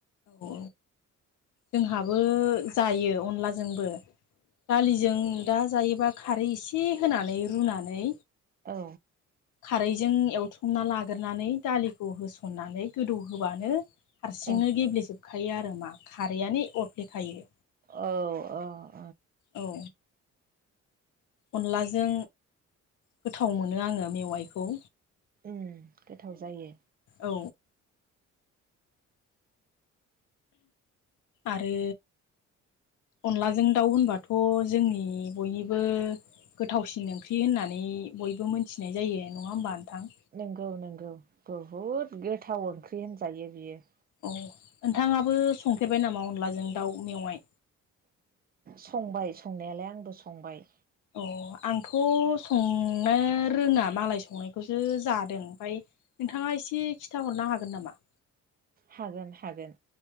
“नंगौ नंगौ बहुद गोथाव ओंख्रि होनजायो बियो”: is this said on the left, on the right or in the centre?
Right